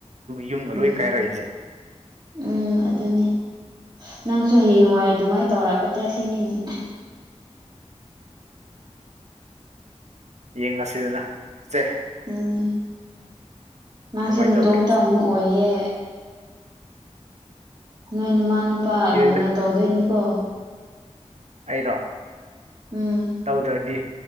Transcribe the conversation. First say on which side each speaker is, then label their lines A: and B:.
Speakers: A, on the right; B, on the right.
A: ꯌꯨꯝꯒ
B: ꯎꯝ
A: ꯂꯣꯏ ꯀꯥꯏꯔꯛꯏꯁꯦ
B: ꯎꯝ ꯑꯗꯨꯅꯦ ꯅꯪꯁꯨ ꯍꯌꯦꯡꯋꯥꯏ ꯑꯗꯨꯃꯥꯏꯅ ꯇꯧꯔꯛꯀꯗ꯭ꯔꯥ ꯁꯤꯅꯤꯅꯦ
A: ꯌꯦꯡ ꯉꯁꯤꯗꯅ ꯁꯦ
B: ꯎꯝ ꯅꯪꯁꯨ
A: ꯀꯃꯥꯏꯅ
B: ꯅꯇꯣꯝꯇ
A: ꯇꯧꯒꯦ
B: ꯑꯃꯨꯛ ꯑꯣꯏꯌꯦ ꯅꯣꯏ ꯅꯨꯃꯥ ꯅꯨꯄꯥ
A: ꯌꯦꯗ
B: ꯂꯨꯅ ꯇꯧꯗꯣꯏꯅꯤꯀꯣ
A: ꯑꯩꯔꯣ
B: ꯎꯝ
A: ꯇꯧꯗ꯭ꯔꯗꯤ